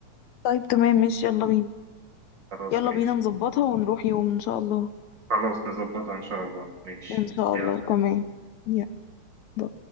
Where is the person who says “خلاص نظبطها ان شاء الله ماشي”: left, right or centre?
Right